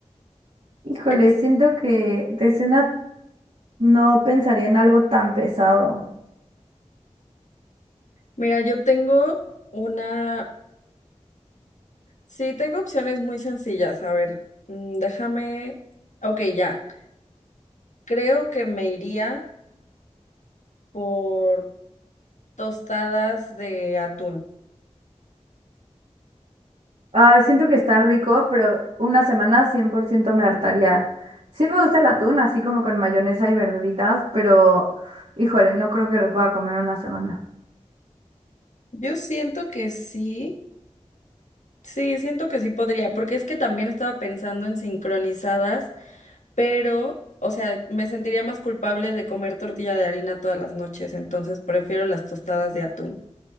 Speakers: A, on the right; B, on the left.
A: híjole,
B: Es.
A: siento que de cena no pensaría en algo tan pesado.
B: Mira, yo tengo una. Sí, tengo opciones muy sencillas. A ver, mm, déjame. Ok, ya. Creo que me iría por tostadas de atún.
A: Ah, siento que está rico, pero una semana 100% me hartaría. Sí me gusta el atún, así como con mayonesa y verduritas, pero híjole, no creo que lo pueda comer una semana.
B: Yo siento que sí, sí, siento que sí podría, porque es que también estaba pensando en sincronizadas, pero, o sea, me sentiría más culpable de comer tortilla de harina todas las noches, entonces prefiero las tostadas de atún.